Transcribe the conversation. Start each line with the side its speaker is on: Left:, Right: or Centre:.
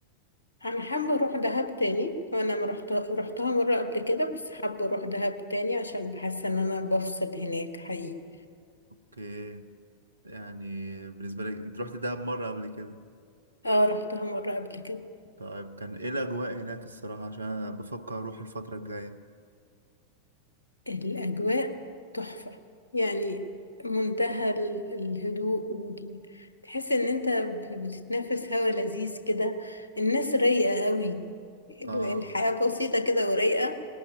Left: انا حابه اروح دهب تاني وانا ما رحت رحتها مره قبل كده بس حابه اروح دهب تاني عشان بحس ان انا بفصل هناك حقيقي
Right: اوكي يعني بالنسبه لك انت رحت دهب مره قبل كده
Left: اه رحتها مره قبل كده
Right: طيب كان ايه الاجواء هناك الصراحه عشان أنا بفكر اروح الفتره الجايه
Left: الأجواء تحفة يعني منتهى ال- الهدوء وال... تحس إن أنت بتتنفس هوا لذيذ كده الناس رايقة قوي ال-
Right: اه
Left: الحياة بسيطة كده ورايقة